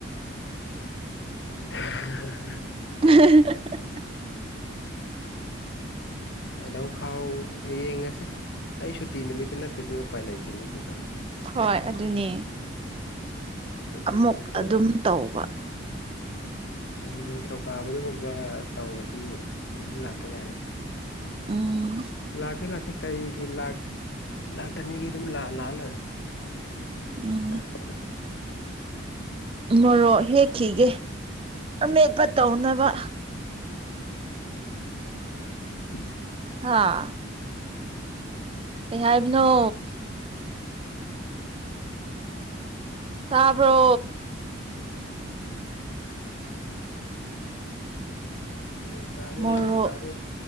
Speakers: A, on the left (about 60°); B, on the right (about 30°).
A: <unintelligible>
B: ꯎ <unintelligible>
A: ꯍꯗꯧ ꯈꯥꯎ ꯌꯦꯡꯉꯁꯤ ꯑꯩ ꯁꯨꯇꯤ ꯅꯨꯃꯤꯠꯇꯨ ꯅꯠꯇꯗꯤ ꯎꯄꯥꯏ ꯂꯩꯇꯦꯅꯦ ꯑꯗꯨꯁꯨ
B: ꯍꯣꯏ ꯑꯗꯨꯅꯦ
A: ꯁꯨꯇꯤ
B: ꯑꯃꯨꯛ
A: ꯅꯨꯃꯤꯠꯇ
B: ꯑꯗꯨꯝ
A: ꯑꯣꯏꯔꯦ
B: ꯇꯧꯕ
A: ꯅꯤꯡꯊꯧꯀꯥꯕꯗꯨꯒꯨꯝꯕ ꯇꯧꯔꯗꯤ ꯑꯗꯨꯝ ꯂꯥꯛꯄ ꯌꯥꯔꯤꯁꯦ
B: ꯎꯝ
A: ꯂꯥꯛꯀꯦ ꯂꯥꯛꯀꯦ ꯀꯔꯤꯒꯤ ꯂꯥꯛ ꯂꯥꯛꯇꯅꯤꯒꯤ ꯑꯗꯨꯝ ꯂꯥꯛꯑ ꯂꯣꯏꯔꯦ
B: ꯎꯝ
A: <unintelligible>
B: ꯃꯣꯔꯣꯛ ꯍꯦꯛꯈꯤꯒꯦ ꯑꯃꯦꯠꯄ ꯇꯧꯅꯕ
A: ꯦ ꯃꯔꯖꯤ <unintelligible> <unintelligible>
B: ꯍꯥꯥ ꯀꯩ ꯍꯥꯏꯕꯅꯣ ꯇꯥꯕ꯭ꯔꯣ
A: ꯂꯧ ꯇꯔꯦ
B: ꯃꯣꯔꯣꯛ
A: ꯂꯧ ꯇꯔꯦ